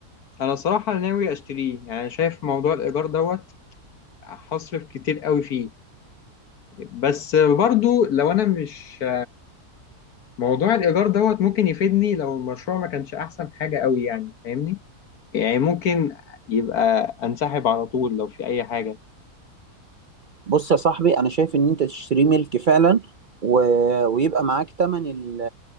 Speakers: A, on the left; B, on the right.
A: انا صراحه ناوي اشتريه يعني شايف موضوع الايجار دوت هصرف كتير قوي فيه بس برضو لو انا مش موضوع الايجار دوت ممكن يفيدني لو المشروع ما كانش احسن حاجه قوي يعني فاهمني يعني ممكن يبقى انسحب على طول لو في اي حاجه
B: بص يا صاحبي انا شايف ان انت تشتري ملك فعلا و... ويبقى معاك تمن ال-